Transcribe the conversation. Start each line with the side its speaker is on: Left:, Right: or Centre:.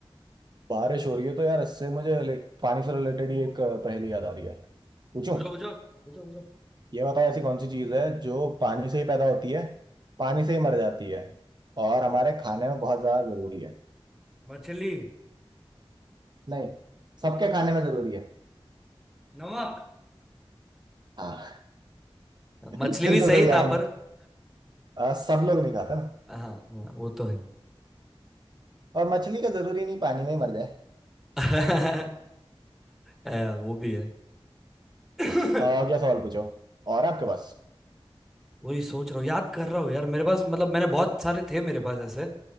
Right: बारिश हो रही है तो यार इससे मुझे लाइक पानी से रिलेटेड ही एक अ, पहेली याद आ रही है पूछूं
Centre: पूछो पूछो पूछो पूछो
Right: ये बताओ ऐसी कौन सी चीज है जो पानी से ही पैदा होती है पानी से ही मर जाती है और हमारे खाने में बहुत ज्यादा जरूरी है
Centre: मछली
Right: नहीं सबके खाने में जरूरी है
Centre: नमक
Right: हाँ <laughs>
Centre: मछली
Right: बिल्कुल
Centre: भी सही
Right: सही जवाब
Centre: था पर <laughs>
Right: अ, सब लोग नहीं खाता ना
Centre: हाँ हाँ वो तो है
Right: और मछली का जरूरी नहीं पानी में ही मर जाए
Centre: <laughs> अ, वो भी है <coughs> हम्म,
Right: इस अ, अगला सवाल पूछो और आपके पास
Centre: वही सोच रहा हूँ याद कर रहा हूँ यार मेरे पास मतलब मैंने बहुत सारे थे मेरे पास ऐसे